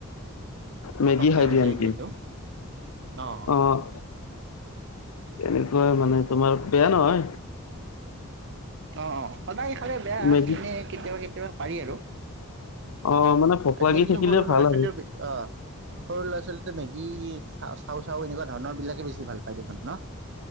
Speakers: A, on the left; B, on the right.
A: মেগী
B: পতককে
A: খাই
B: হৈ
A: দিয়া
B: যায়
A: নেকি?
B: যিহেতু অ'।
A: অ', তেনেকুৱা মানে তোমাৰ বেয়া নহয়।
B: অ', অ', সদায় খালে বেয়া
A: মেগী
B: এনেই কেতিয়াবা কেতিয়াবা পাৰি আৰু।
A: অ মানে ভোক
B: আজিকালিতো
A: লাগি থাকিলে
B: সৰু ল'ৰা
A: ভাল
B: ছোৱালীও
A: আৰু
B: অ'। সৰু ল'ৰা ছোৱালীটো মেগী চ-চাউ চাউ এনেকুৱা ধৰণৰ বিলাকে বেছি ভাল পায় দেখোন ন!